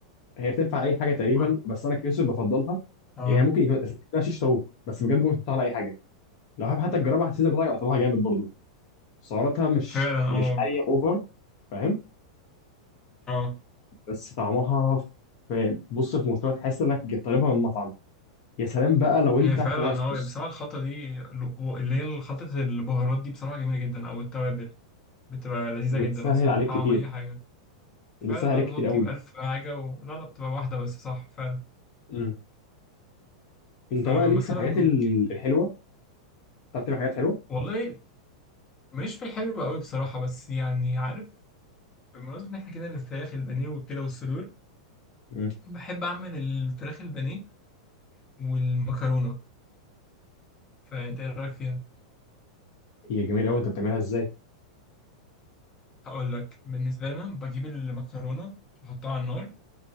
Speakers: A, on the left; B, on the left.
A: هي بتنفع اي حاجه تقريبا
B: وبعد-
A: بس انا كيوسف بفضلها
B: اه
A: يعني هي ممكن يكون اسمها شيش طاووق بس بجد ممكن تحطها على اي حاجه لو حابب حتى تجربها على السيزر بتاعك طعمها جامد برضو سعراتها مش
B: فعلا اه
A: مش عاليه اوفر فاهم
B: اه
A: بس طعمها في بص في مستوى تحس انك طالبها من مطعم يا سلام بقى لو انت
B: هي فعلا
A: حاطط عليها صوص
B: اه هي بصراحة الخلطة دي اللي هي خلطة البهارات دي بصراحة جميلة جدا او التوابل بتبقى لذيذة
A: وتسهل
B: جدا اصلا
A: عليك
B: بتطعم
A: كتير
B: اي حاجة
A: وبتسهل
B: فعلا بدل
A: عليك
B: ما
A: كتير
B: تقعد
A: قوي
B: تجيب ألف حاجة و... لا لا بتبقى واحدة بس صح فعلا
A: امم انت
B: فمثلا
A: بقى ليك في الحاجات
B: ممكن-
A: ال- الحلوه بتعرف تعمل حاجات حلوه
B: والله ماليش في الحلو قوي بصراحة بس يعني عارف بمناسبة ان احنا كده الفراخ البانيه وكده والصدور
A: امم
B: بحب اعمل الفراخ البانيه والمكرونة فأنت إيه رأيك فيها؟
A: هي جميل قوي انت بتعملها ازاي
B: هقول لك بالنسبة لنا بجيب المكرونة بحطها على النار